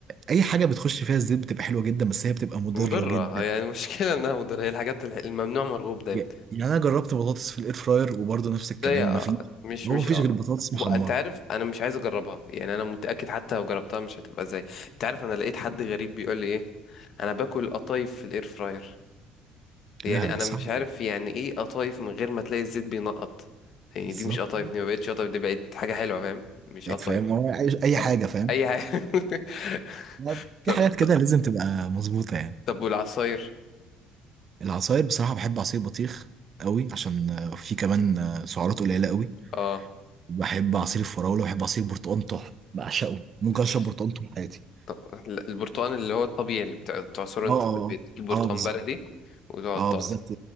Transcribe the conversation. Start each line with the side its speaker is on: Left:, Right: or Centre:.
Right: أي حاجة بتخش فيها الزيت بتبقى حلوة جدا بس هي بتبقى مضرة
Left: مضرة
Right: جدا
Left: هي يعني المشكلة <laughs> انها مضرة هي الحاجات الح- الممنوع مرغوب دايما
Right: يعني انا جربت بطاطس في الاير فراير وبرضه نفس الكلام
Left: زي اه
Right: مفيش
Left: مش
Right: هو
Left: مش
Right: مفيش
Left: اه
Right: غير بطاطس
Left: وانت
Right: محمره
Left: عارف انا مش عايز اجربها يعني انا متأكد حتى لو جربتها مش هتبقى زي انت عارف انا لقيت حد غريب بيقول لي ايه انا باكل قطايف في الاير فراير يعني
Right: لا لا
Left: انا
Right: صعب
Left: مش عارف يعني ايه قطايف من غير ما تلاقي الزيت بينقط يعني
Right: بالظبط
Left: دي مش قطايف
Right: يعني
Left: دي ما بقتش قطايف دي بقت حاجة حلوة فاهم مش
Right: بقيت
Left: قطايف
Right: فاهم هو عايز اي
Left: اه
Right: حاجه فاهم
Left: اي حاجة <laughs>
Right: لا،
Left: طب
Right: في حاجات كده
Left: طب
Right: لازم تبقى مظبوطه يعني
Left: طب والعصاير
Right: العصاير بصراحه بحب عصير بطيخ قوي عشان آه، في كمان آه، سعرات قليله قوي
Left: اه
Right: بحب عصير الفراوله بحب عصير برتقال طحن بعشقه ممكن
Left: متحبش
Right: اشرب برتقال طول حياتي
Left: طب لا، البرتقال اللي هو الطبيعي اللي بتع- بتعصره
Right: اه
Left: انت
Right: اه
Left: في البيت تجيب برتقال
Right: اه آه، بالظبط
Left: بلدي وتقعد
Right: اه
Left: تعصر
Right: بالظبط